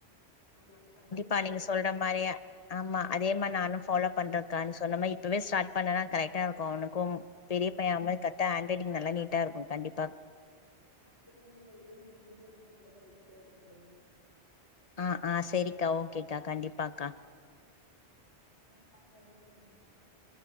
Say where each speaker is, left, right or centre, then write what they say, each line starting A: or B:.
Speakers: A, on the left (about 80°); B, on the left (about 40°).
A: அது கன்டினியூ
B: கா நீங்க சொல்ற மாரியே, ஆமா அதே மாரி நானு ஃபாலோ பண்ற கா நீ சொன்ன மாரி இப்பவே ஸ்டார்ட் பண்ணன்னா கரெட்டா இருக்கு அவனுக் கும்.
A: ஆமா
B: பெரிய பைய <unintelligible> கத் ட்டா ஹாண்ட் ரைட்டிங் நல்லா நீட்டா இருக்கு, கண்டிப்பா
A: உம் ஸ்கூல்ல கேக்கறாங்ளோ, இல்லையோ நீங்க வீட்ல எழுத வெச்சுட்டேருங்க டெய்லி.
B: ஆஹ் ஆஹ் செரிக்கா. ஓகேக்கா, கண்டிப்பாக்கா.
A: ம், அப்றோ சாப்பாடு என்ன செஞ்சிங்க